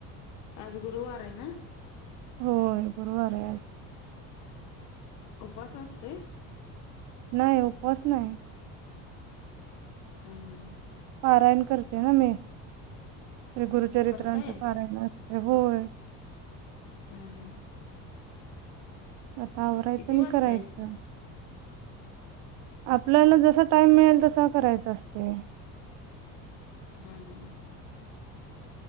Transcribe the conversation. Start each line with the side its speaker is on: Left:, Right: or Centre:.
Left: आज गुरुवार आहे ना.
Right: होय गुरुवार आहे आज.
Left: उपवाास असतेय.
Right: नाही उपवास नाही.
Left: हम्म हम्म.
Right: पारायण करते ना मी श्री गुरुचरित्रांचं
Left: करताय
Right: पारायण असते होय.
Left: हम् हम्.
Right: आता आवरायचं
Left: किती
Right: आणि
Left: वाजताय
Right: करायचं. आपल्याला जसा टाइम मिळेल तसा करायच असते.
Left: हम्म हम्म.